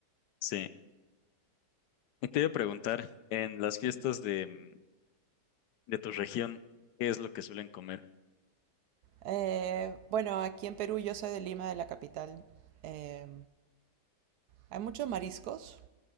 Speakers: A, on the left; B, on the right.
A: sí. Y te iba a preguntar, en las fiestas de, mm, de tu región, ¿qué es lo que suelen comer?
B: Eh, bueno, aquí en Perú yo soy de Lima, de la capital. Eh, hay muchos mariscos,